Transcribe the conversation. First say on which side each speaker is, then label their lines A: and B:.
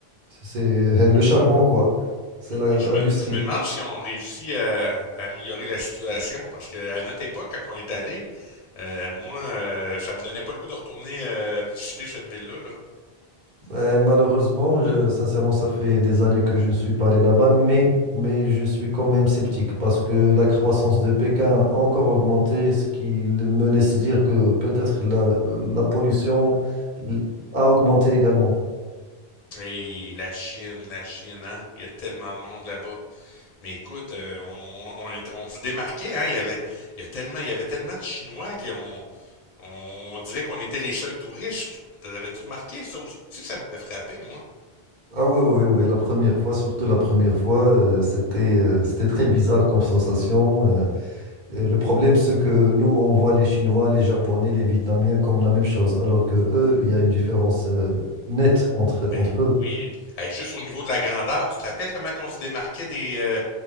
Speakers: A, on the right; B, on the left.
A: C'est <laughs> le charbon, quoi. C'est
B: Mais
A: la-
B: je
A: l'industrie.
B: me, je me demande si on réussit à, à améliorer la situation, parce que à notre époque, quand on est allé, euh, moi, euh, ça me donnait pas le goût de retourner euh, visiter cette ville-là, là.
A: Euh, malheureusement, je- sincèrement, ça fait des années que je ne suis pas allé là-bas, mais, mais je suis quand même sceptique parce que la croissance de Pékin a encore augmenté, ce qui le- me laisse dire que peut-être la, la pollution l- a augmenté également.
B: Et la Chine, la Chine, hein? Il y a tellement de monde là-bas. Mais écoute, euh, on, on, était- on se démarquait, hein? Il y avait, il y a tellement, il y avait tellement de Chinois qu'on on, dirait qu'on était les seuls touristes. T'avais-tu remarqué? Ça aussi, ça m'avait frappé, moi.
A: Ah oui, oui, oui, la première fois, surtout la première fois, euh, c'était euh, c'était très bizarre comme sensation. euh, Euh, Le problème, c'est que nous, on voit les Chinois, les Japonais, les Vietnamiens comme la même chose, alors que eux, il y a une différence euh, nette entre,
B: Ben
A: entre eux.
B: oui. Hey, juste au niveau de la grandeur, tu te rappelles comment on se démarquait des, euh,